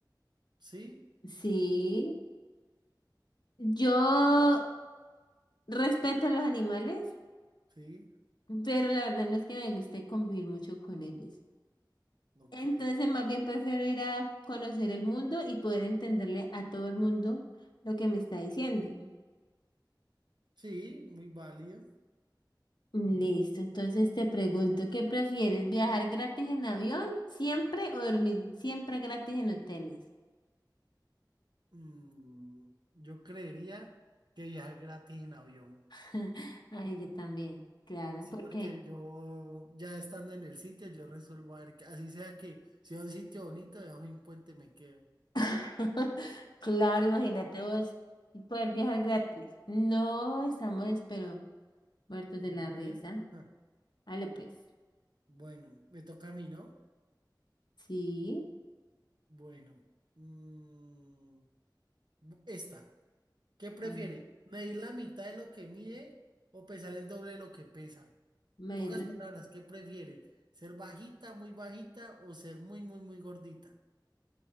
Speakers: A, on the right (about 70°); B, on the left (about 70°).
A: Sí,
B: Sí, yo respeto a los animales,
A: sí,
B: pero la verdad no es que me guste convivir mucho con ellos.
A: ok.
B: Entonces, más bien prefiero ir a conocer el mundo y poder entenderle a todo el mundo lo que me está diciendo.
A: Sí, muy válido.
B: Listo, entonces te pregunto, ¿qué prefieres? ¿Viajar gratis en avión siempre o dormir siempre gratis en hoteles?
A: Mm, yo creería que viajar gratis en avión.
B: <laughs> Ay, yo también, claro,
A: Sí,
B: ¿por
A: porque
B: qué?
A: yo ya estando en el sitio, yo resuelvo a ver, que- así sea que sea un sitio bonito, debajo de un puente me quedo. Uh,
B: <laughs> Claro, imagínate vos poder viajar gratis. No, estamos, espero, muertos
A: Hombre,
B: de la risa.
A: ah,
B: Vale, pues,
A: bueno, me toca a mí, ¿no?
B: sí,
A: Bueno, mm, bu- esta, ¿qué prefiere?
B: Ay,
A: ¿Medir la mitad de lo que mide o pesar el doble de lo que pesa?
B: me-
A: En pocas
B: irlo.
A: palabras, ¿qué prefiere? ¿Ser bajita, muy bajita o ser muy, muy, muy gordita?